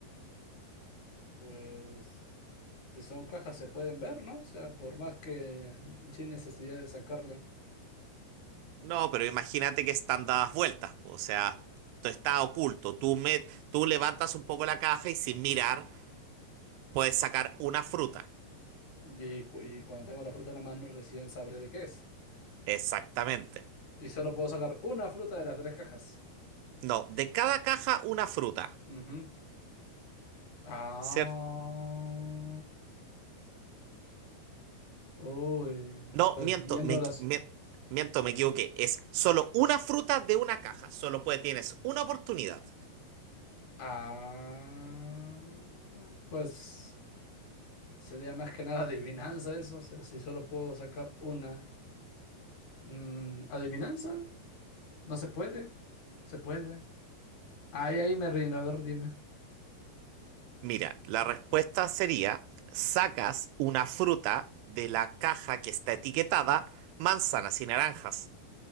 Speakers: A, on the left; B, on the right.
A: Pues si son cajas se pueden ver, ¿no? O sea, por más que mm, sin necesidad de sacarle.
B: No, pero imagínate que están dadas vueltas, po, o sea, tú está oculto, tú, me- tú levantas un poco la caja y sin mirar puedes sacar una fruta.
A: Y, cu- y cuando tengo la fruta en la mano recién sabré de qué es.
B: Exactamente.
A: Y solo puedo sacar una fruta de las tres cajas.
B: No, de cada caja una fruta.
A: Ujú. Ah.
B: ¿Cier-
A: Uy,
B: No,
A: pues
B: miento,
A: viéndolas,
B: me, me- miento, me equivoqué. Es solo una fruta de una caja. Solo puedes, tienes una oportunidad.
A: Ah, pues sería más que nada adivinanza eso. O sea, si solo puedo sacar una. Mm, ¿adivinanza? No se puede. Se puede. Ahí, ahí me rindo. A ver, dime.
B: Mira, la respuesta sería, sacas una fruta de la caja que está etiquetada manzanas y naranjas.